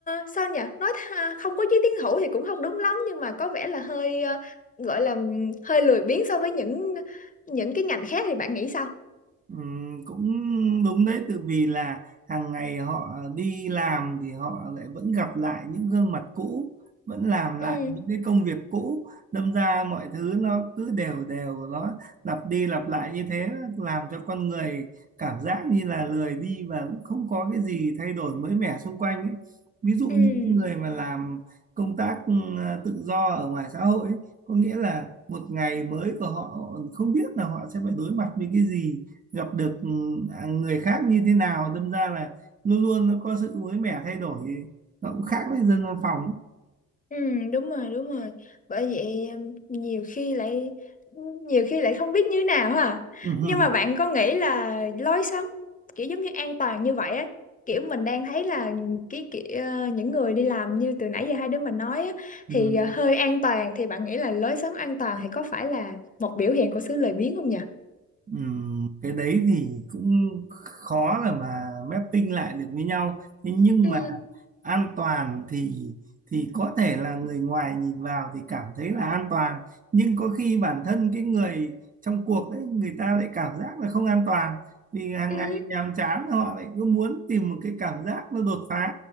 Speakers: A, on the left (about 25°); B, on the right (about 30°).
A: sao nhỉ nói tha- không có chí tiến thủ thì cũng không đúng lắm nhưng mà có vẻ là hơi ờ, gọi là hơi lười biếng so với những những cái ngành khác thì bạn nghĩ sao?
B: Ừm, cũng đúng đấy từ vì là hàng ngày họ đi làm thì họ lại vẫn gặp lại những gương mặt cũ vẫn làm lại
A: ừ
B: những cái công việc cũ đâm ra mọi thứ nó cứ đều đều nó lặp đi lặp lại như thế làm cho con người cảm giác như là lười đi và không có cái gì thay đổi mới mẻ xung quanh ấy. Ví dụ
A: ừ
B: những cái người mà làm công tác ừ, tự do ở ngoài xã hội ấy, có nghĩa là một ngày mới của họ họ không biết là họ sẽ phải đối mặt với cái gì gặp được ừ, à, người khác như thế nào đâm ra là luôn luôn nó có sự mới mẻ thay đổi nó cũng khác với dân văn phòng
A: ừ đúng rồi đúng rồi bởi vậy em nhiều khi lại nhiều khi lại không biết như nào ha
B: <laughs>
A: nhưng mà bạn có nghĩ là lối sống kiểu giống như an toàn như vậy ấy kiểu mình đang thấy là cái kiểu ờ, những người đi làm như từ nãy giờ hai đứa mình nói á,
B: ừ.
A: thì ờ, hơi an toàn thì bạn nghĩ là lối sống an toàn thì có phải là một biểu hiện của sự lười biếng không nhỉ?
B: Ừm, cái đấy thì cũng khó là mà mapping lại được với nhau thế nhưng
A: Ừ,
B: mà an toàn thì thì có thể là người ngoài nhìn vào thì cảm thấy là an toàn nhưng có khi bản thân cái người trong cuộc đấy người ta lại cảm giác là không an toàn vì hàng
A: ừ.
B: ngày nhàm chán họ lại cứ muốn tìm một cái cảm giác nó đột phá